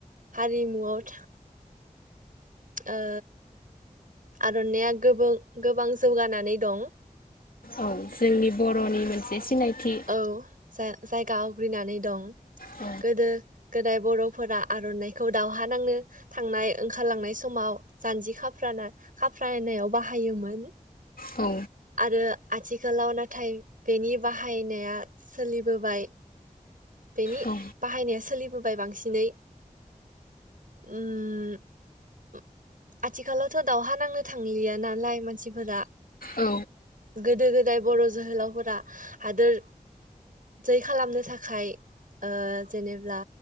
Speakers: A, on the right; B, on the left.
A: हारिमुआव ओ आर'नाइआ गोबों -गोबां जौगानानै दं
B: औ जोंनि बर'नि मोनसे सिनायथि
A: औ जा जायगा आवग्रिनानै दं
B: औ
A: गोदो गोदाय बर'फोरा आर'नाइखौ दावहा नांनो थांनाय ओंखारलांनाय समाव जानजि खाफ्राना खाफ्रानायाव बाहायोमोन
B: औ
A: आरो आथिखालाव नाथाय बेनि बाहायनाया सोलिबोबाय बेनि
B: औ
A: बाहायनाया सोलिबोबाय बांसिनै उम आथिखालावथ' दावहा नांनो थांलिया नालाय मानसिफोरा
B: औ
A: गोदो गोदाय बर' जोहोलावफोर फ्रा हादोर जै खालामनो थाखाय ओ जेनेब्ला